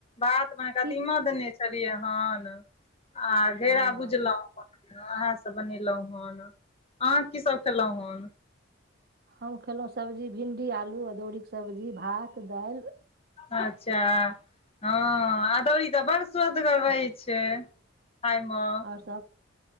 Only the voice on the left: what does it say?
बात म
कदीमा देने छै छलियै हन आ घेरा
बुझलो ओहा सब बनेलो हन अहाँ की सब खेलो हन
अच्छा हँ अदौरी तऽ बड़ स्वादगर रहे
छै खाय म